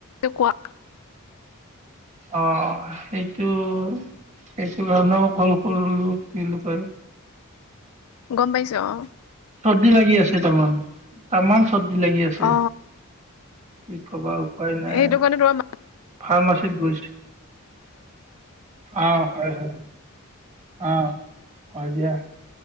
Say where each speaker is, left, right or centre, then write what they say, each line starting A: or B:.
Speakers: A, on the left; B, on the right.
A: কোৱা
B: অহ ', সেইটো - সেইটো কাৰণেও কল কৰিলো লোকাই।
A: গম পাইছো অ
B: চৰ্দি লাগি আছে তাৰমান তামাম চৰ্দি লাগি আছে।
A: অ
B: কি কবা আৰু। হয় নাই
A: সেইটো কাৰণে তোমাৰ
B: ফাৰ্মাচীত গৈছো অহ ', হয় - হয় অহ ', হয় দিয়া